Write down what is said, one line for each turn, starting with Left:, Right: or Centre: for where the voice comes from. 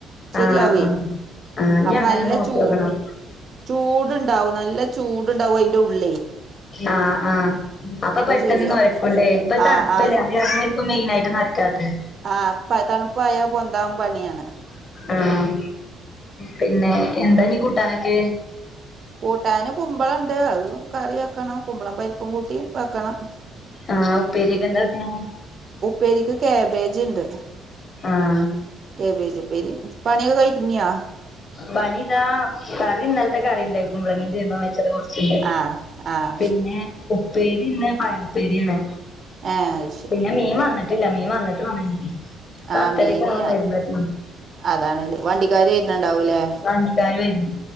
Right: ശരിയാവേ
Left: ആഹ് ആഹ് ആഹ് ഇനി
Right: അപ്പം
Left: അങ്ങനെ
Right: നല്ല
Left: നോക്കിയോക്കണം
Right: ചൂ ചൂട് ട്ണ്ടാവും നല്ല ചൂടുണ്ടാവും അതിന്റെ ഉള്ളെ
Left: ആഹ് ആഹ് അപ്പൊ പെട്ടൊന്ന്
Right: ശരിയാവും
Left: ന്നൊരക്കുല്ലെ ഇപ്പം തണ്പ്പല്ലേ
Right: ആഹ് ആഹ്
Left: ക്ക് മെയിനായിട്ട് നൊര്ക്കാത്തെ
Right: ആ പ്പം തണ്പ്പായ പൊന്താൻ പണിയാണ്
Left: ആഹ് പിന്നെ എന്താ ഞ്ഞ് കൂട്ടാനൊക്കെ
Right: കൂട്ടാന് കുമ്പളണ്ട് അത് കറി ആക്കണം കുമ്പളം പരിപ്പും കൂട്ടി വെക്കണം
Left: ആഹ് ഉപ്പേരിക്ക് എന്താവെക്ക്ണേ
Right: പേരിക്ക് കേബേജ്ണ്ട്
Left: ആഹ്
Right: കേബേജ്പ്പേരി പണിയൊക്കേ ക ഒര്ങ്ങിയോ
Left: പണിതാ കറി ഇന്നലത്തെ കറിണ്ട് കുമ്പ്ളങ്ങിം ചേമ്പും വെച്ചത് കൊറ്ച്ച്ണ്ട്
Right: ആ ആഹ്
Left: പിന്നെ ഉപ്പേരി ഇന്ന് പയറുപ്പേരിയാണ്
Right: ഏഹ് അത് ശരി
Left: പിന്നെ മീൻ വന്നിട്ട് ട്ടില്ല മീൻ വന്നിട്ട് വാണംഞ്ഞ് പത്തരൊക്കെ
Right: ആഹ് മീന്
Left: ആവും വരുമ്പോത്തിന്
Right: അതാണ്ല്ലേ വണ്ടിക്കാര് വരുന്നുണ്ടാവൂലേ
Left: മ് <unintelligible> ക്കാര് വരും